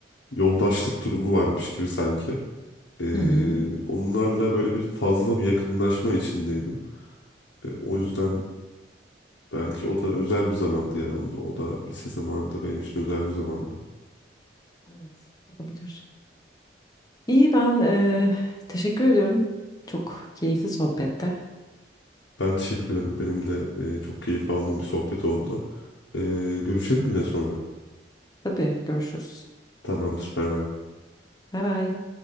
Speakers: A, on the left (about 85°); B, on the left (about 20°).
A: yoldaşlık durumu varmış gibi sanki. Ee,
B: Hı hı.
A: onlarla böyle bir fazla bir yakınlaşma içindeydim. Ee, o yüzden belki o da özel bir zamandı yani. Onun- O da lise zamanında benim için özel bir zamandı.
B: Evet, olabilir. İyi ben eee, teşekkür ediyorum. Çok keyifli sohbette.
A: Ben teşekkür ederim. Benim de e, çok keyif aldığım bir sohbet oldu. Ee, görüşelim yine sonra.
B: Tabii görüşürüz.
A: Tamamdır. Bay bay.
B: Bay bay.